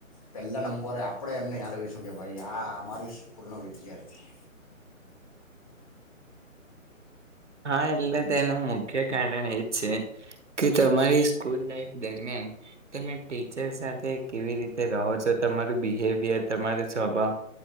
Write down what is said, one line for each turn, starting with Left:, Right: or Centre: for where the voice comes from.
Left: પહેલાં નંબર બરે આપણે એમને યાદ આવીશું કે ભાઈ આ અમારી સ્કૂલનો વિદ્યાર્થી
Right: હા એટલે તેનું મુખ્ય કારણ એજ છે કે તમારી સ્કૂલ લાઈફ દરમિયાન તમે ટીચર સાથે કેવી રીતે રહો છો તમારું બિહેવિયર તમારો સ્વભાવ